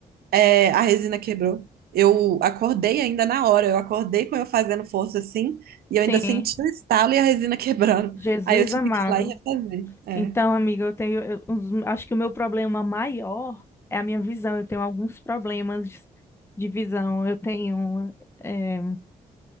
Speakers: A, on the right; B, on the left.
A: é, a resina quebrou. Eu acordei ainda na hora, eu acordei com eu fazendo força assim, e
B: Sim,
A: eu ainda senti o estalo e a resina <laughs> quebrando.
B: Jesus
A: Aí eu tive
B: amado.
A: que ir lá e refazer. É.
B: Então, amiga, eu tenho. eu- os- acho que o meu problema maior é a minha visão. Eu tenho alguns problemas de, de visão. Eu tenho, eh,